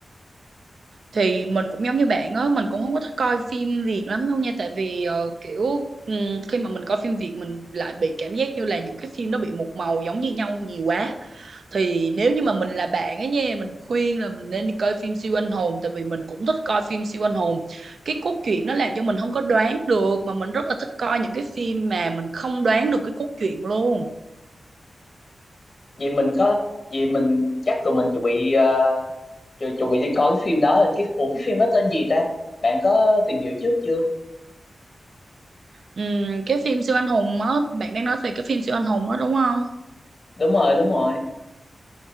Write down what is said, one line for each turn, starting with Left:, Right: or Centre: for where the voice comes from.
Right: thì mình cũng giống như bạn á mình cũng không có thích coi phim Việt lắm đâu nha tại vì ờ, kiểu ừm, khi mà mình coi phim Việt mình lại bị cảm giác như là những cái phim nó bị một màu giống như nhau nhiều quá thì nếu như mà mình là bạn ấy nha mình khuyên là mình nên đi coi phim siêu anh hùng tại vì mình cũng thích coi phim siêu anh hùng cái cốt truyện nó làm cho mình không có đoán được mà mình rất là thích coi những cái phim mà mình không đoán được cái cốt truyện luôn
Left: Vì mình có, vì mình chắc tụi mình chuẩn bị ờ, chu- chuẩn bị đi coi cái phim đó. Cái, ủa cái phim đó tên gì ta? Bạn có tìm hiểu trước chưa?
Right: Ừm, cái phim siêu anh hùng á bạn đang nói về cái phim siêu anh hùng đó đúng không
Left: Đúng rồi, đúng rồi.